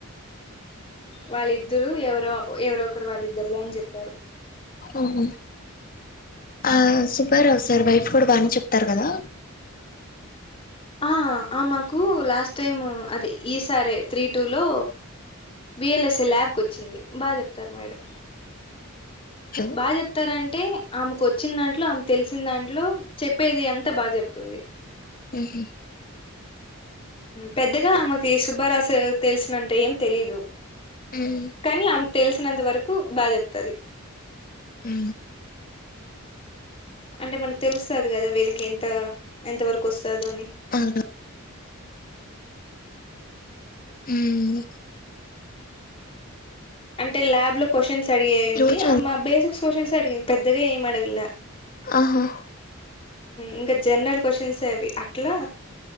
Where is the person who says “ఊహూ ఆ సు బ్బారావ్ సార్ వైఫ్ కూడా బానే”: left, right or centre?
Left